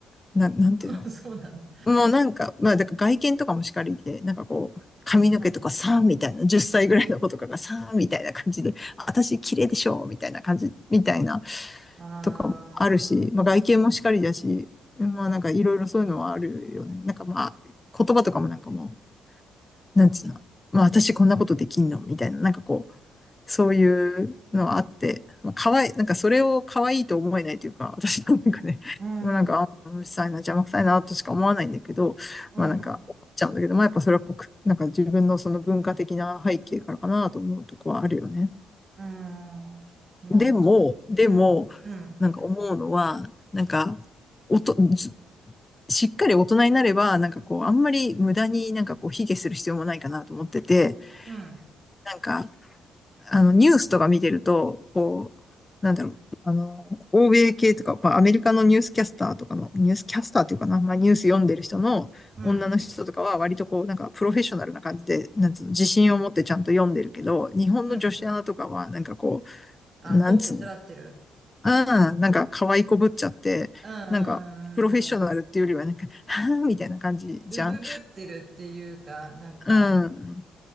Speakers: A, on the left (about 20°); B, on the right (about 40°).
A: な、なんていうの。
B: と <laughs> そうなの。
A: もうなんか、まあ、だから外見とかもしかりで、なんかこう、髪の毛とかさーみたいな、
B: うん。
A: 10歳ぐらいの子とかがさーみたいな感じで、私綺麗でしょみたいな感じ、みたいな
B: あー、
A: とかもあるし、まあ外見もしかりだし、まあなんかいろいろそういうのはあるよね。なんかまあ、言葉とかもなんかもう、なんつうの。まあ私こんなことできんのみたいな、なんかこう、そういうのあって、まあ、かわい、なんかそれを可愛いと思えないというか、私のなんかね、<laughs>
B: うん、
A: まあ、なんか、あうるさいな、邪魔くさいな、としか思わないんだけど、
B: うん、
A: まあなんか、思っちゃうんだけど、まあやっぱそれは国、なんか自分のその文化的な背景からかなと思うとこはあるよね。
B: うん。まあ、
A: でも、でも、
B: うん、うん、
A: なんか思うのは、なんか、おと、ししっかり大人になれば、なんかこう、あんまり無駄になんかこう、卑下する必要もないかなと思ってて、
B: うん、
A: なんか、あの、ニュースとか見てると、こう、なんだろう、あの、欧米系とか、まあ、アメリカのニュースキャスターとかの、ニュースキャスターっていうかな、まあ、ニュース読んでる人の女の人とかは、
B: うん、
A: 割とこう、なんか、プロフェッショナルな感じで、なんつうの、自信を持ってちゃんと読んでるけど、日本の女子アナとかは、
B: うん。
A: なんかこ
B: あ、
A: う、なんつうの、
B: 媚びへつらってる
A: ああ、なんか、可愛いこぶっちゃって、
B: うんうん
A: なんか、プロフェッショナルっていうよりは、
B: うんうん。
A: なんか、はぁみたいな感じじゃん。
B: うぶぶってるっていうか、なんか、
A: うん。